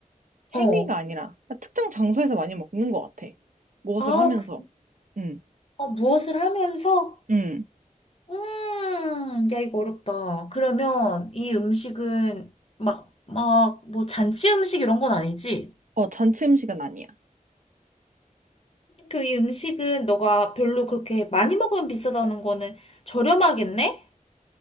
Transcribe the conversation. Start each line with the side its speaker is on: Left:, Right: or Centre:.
Left: 어.
Right: 행위가 아니라 특정 장소에서 많이 먹는 것 같아. 무엇을
Left: 아,
Right: 하면서.
Left: 그-
Right: 응,
Left: 아, 무엇을 하면서?
Right: 응.
Left: 음, 야, 이거 어렵다. 그러면 이 음식은 막, 막, 뭐 잔치 음식 이런 건 아니지?
Right: 어, 잔치 음식은 아니야.
Left: 그 이 음식은 너가 별로 그렇게 많이 먹으면 비싸다는 거는 저렴하겠네?